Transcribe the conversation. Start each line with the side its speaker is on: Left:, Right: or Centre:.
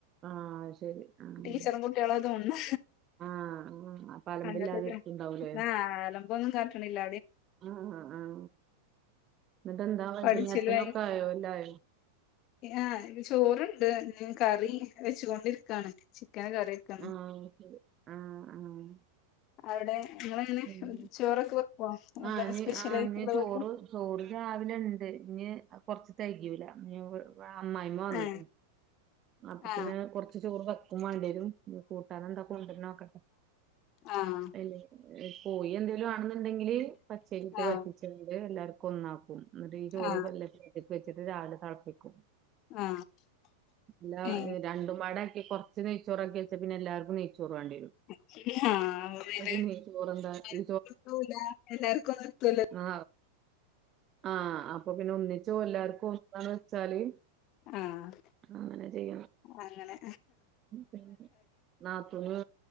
Right: ആഹ് ശരി ആഹ്
Left: ടീച്ചറും കുട്ടിളോ തേന്ന്ണ്
Right: ആഹ് പലമ്പില്ലാതെ
Left: അങ്ങത്തക്കെ
Right: ഇരിക്കുണ്ടാവൂലേ
Left: ആ അലമ്പോന്നും കാട്ടണില്ല
Right: ആഹ് ആഹ് ആഹ് എന്നിട്ട് എന്താ വൈകുന്നേരത്തിനൊക്കെ
Left: പഠിച്ചല് ആയി
Right: ആയോ എല്ലാം ആയോ
Left: ആഹ് ചോറ് ഉണ്ട് കറി വെച്ചൊണ്ടിരിക്കാണ് ചിക്കന് കറിവെക്കാണ്
Right: ആഹ് ശരി ആഹ് ആഹ്
Left: അവിടെ നിങ്ങള് എങ്ങനെ
Right: പിന്നെ
Left: ചോറൊക്കെ വെക്കവാ എല്ലാ
Right: ആഹ് ഇനി
Left: സ്പെഷ്യല
Right: ആഹ്
Left: ആയിട്ടുള്ളതൊക്കെ
Right: ഇനി ചോറ് ചോറ് രാവിലെ ഉണ്ട് ഇഞ്ഞി കൊറച്ച് തെകയുല്ലാ അമ്മായിമ്മ വന്നിക്കിണ്
Left: ഏ
Right: അപ്പൊ
Left: ആ
Right: പിന്നെ കൊറച്ച് ചോറ് വെക്കും വേണ്ടി വരും കൂട്ടാനെ എന്താ കൊണ്ടുവരുന്ന നോക്കട്ടെ
Left: ആഹ്
Right: അല്ലേ കോഴി എന്തെങ്കലും ആണെന്നുണ്ടെങ്കില് പച്ചരിട്ട്
Left: ആ
Right: വാറ്റിച്ചണ്ട് എല്ലാർക്കും ഒന്നാക്കും എന്നിട്ട് ഈ ചോറ്
Left: ആ
Right: എടുത്ത് വിച്ചിട്ട് രാവിലെ തെളപ്പിക്കും
Left: ആ
Right: ഇല്ല
Left: ഏ
Right: രണ്ടും പടക്കെ കൊറ കൊറച്ച് നെയ്ച്ചോറാക്കി വെച്ച പിന്നെല്ലാവർക്കും നെയ്ചോറ് വേണ്ടി വരും
Left: <inaudible>
Right: അപ്പൊ പിന്നെ ഈ ചോറെന്താ ഈ ആ ആഹ് അപ്പൊ പിന്നെ ഒന്നിച്ചു എല്ലാർക്കും എന്താന്ന് വെച്ചാല്
Left: ആഹ്
Right: അങ്ങനെ ചെയ്യണം
Left: അങ്ങനെ
Right: പിന്നെ നാത്തൂന്